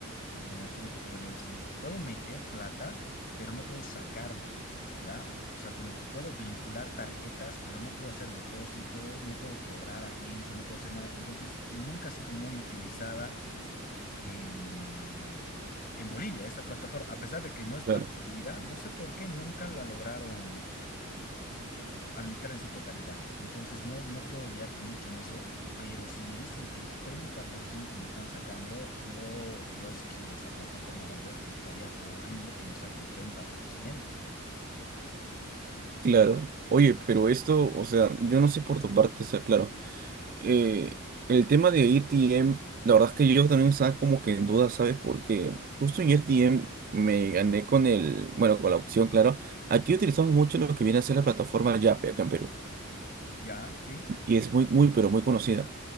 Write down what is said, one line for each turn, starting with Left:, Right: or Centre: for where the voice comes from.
Left: eh, ¿cómo te podría decir? Puedo meter plata, pero no puedo sacarla, ¿ya? O sea, como que puedo vincular tarjetas, pero no puedo hacer depósitos, no puedo cobrar a gente, no puedo hacer nada. Entonces, nunca ha sido muy utilizada en, en Bolivia esta plataforma, a pesar de que no está
Right: claro,
Left: prohibida, no sé por qué nunca la lograron habilitar en su totalidad. Entonces, no, no puedo guiarte mucho en eso, pero si me dicen que el 30% me están sacando, yo, yo esquivo esa plataforma. La verdad es que estaría horrible que me saquen treinta por ciento
Right: claro. Oye, pero esto, o sea, yo no sé por tu parte, o sea, claro. eh, el tema de AirTM, la verdad es que yo también estaba como que en duda, ¿sabes? Porque justo en AirTM me gané con el, bueno, con la opción, claro. Aquí utilizamos mucho lo que viene a ser la plataforma Yape acá en Perú.
Left: Ya, sí.
Right: y es muy, muy, pero muy conocida.